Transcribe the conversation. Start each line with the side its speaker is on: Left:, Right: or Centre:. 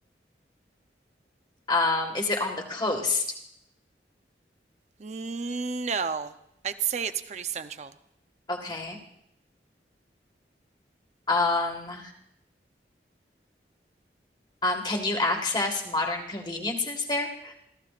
Left: um, is it on the coast?
Right: No. I'd say it's pretty central.
Left: Okay. Um, um, can you access modern conveniences there?